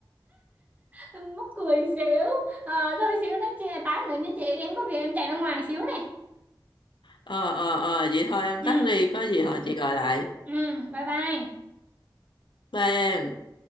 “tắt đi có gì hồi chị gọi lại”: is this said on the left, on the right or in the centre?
Left